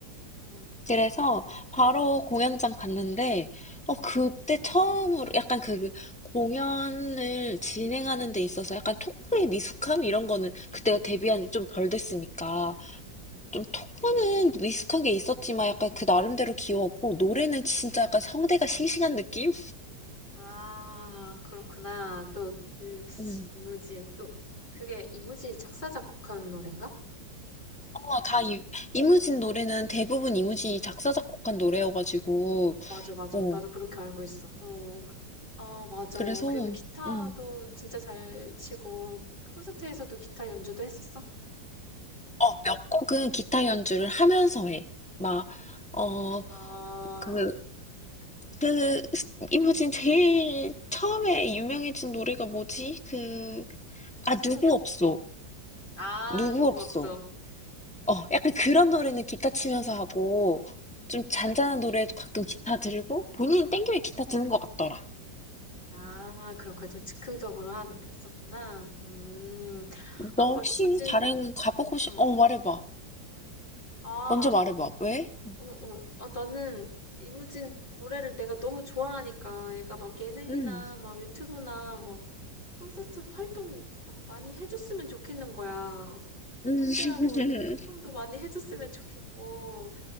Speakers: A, on the left (about 25°); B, in the centre.
A: 응.
B: 그래서 바로 공연장 갔는데, 어, 그때 처음으로 약간 그 공연을 진행하는 데 있어서 약간 토크의 미숙함 이런 거는 그때가 데뷔한 지 좀 덜 됐으니까 좀 토크는 미숙한 게 있었지만 약간 그 나름대로 귀여웠고 노래는 진짜 약간 성대가 싱싱한 느낌?
A: 아, 그렇구나. 또 그,
B: 음.
A: 이무진, 또, 그게 이무진이 작사, 작곡한 노래인가?
B: 어, 다 이, 이무진 노래는 대부분 이무진이 작사, 작곡한 노래여가지고,
A: 그치. 맞아, 맞아.
B: 어,
A: 나도 그렇게 알고 있어. 어, 아, 맞아.
B: 그래서,
A: 그리고 기타도
B: 음.
A: 진짜 잘 치고, 콘서트에서도 기타 연주도 했었어?
B: 어, 몇 곡은 기타 연주를 하면서 해. 막, 어,
A: 아,
B: 그, 그, 스- 이무진 제일 처음에 유명해진 노래가 뭐지? 그, 아,
A: 신호등?
B: 누구 없어.
A: 아,
B: 누구
A: 누구
B: 없어.
A: 없어.
B: 어, 약간 그런 노래는 기타 치면서 하고, 좀
A: 음.
B: 잔잔한 노래도 가끔 기타 들고, 본인 땡겨에 기타 드는 것 같더라.
A: 아, 그렇구나. 좀 즉흥적으로 한, 했었구나. 음, 그러니까
B: 너 혹시
A: 이무진,
B: 다른 가보고 싶,
A: 어.
B: 어, 말해봐.
A: 아,
B: 먼저 말해봐. 왜? 응.
A: 어, 어. 아, 나는 이무진 노래를 내가 너무 좋아하니까 얘가 막 예능이나
B: 음.
A: 막 유튜브나 막 콘서트 활동 막 많이 해줬으면 좋겠는 거야. 그래서
B: 음.
A: 팬들하고
B: <laughs>
A: 좀 소통도 많이 해줬으면 좋겠고,